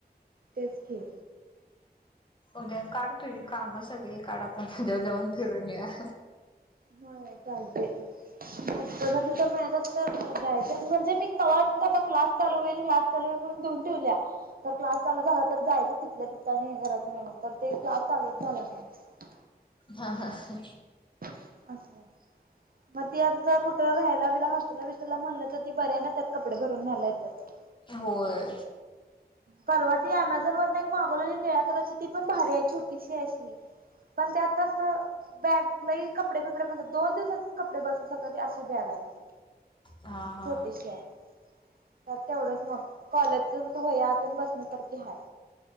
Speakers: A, on the right; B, on the left.
A: तेच की
B: उद्या काढ तुझी काम सगळी काढ आपण उद्या जाऊन फिरून येऊया.
A: होय चालते प तर म <unintelligible> तर म्हणजे मी कता क्लास चालू होईल क्ला चान ठेवला क्सास चालू झालं तर जायचं तिथल्या तिथ घरायचं नाही तर ते क्लास चालूच झाला नाही आ.
B: हा हा ह.
A: असं झालं. मग ती आता ती कुठं राहायला बिला हॉस्टेलला बिस्टेलला म्हणलं तर ती बरी आहे ना त्यात कपडे भरून न्यायला येत्यात.
B: होय.
A: परवा ती अमेझॉन वरन एक मागवलेली निळ्या कलरची ती पण भारी आहे छोटीशी अशी. पण ते आता अस बॅग लई कपडे बिपडे बसत दोन दिवस कपडे बसू शकत्यात अशी बॅग आहे.
B: हा हा
A: छोटीशीये त्यात तेवढंच मा कॉलेजचं कस वह्या तेनं बसण्यासारखी हाय.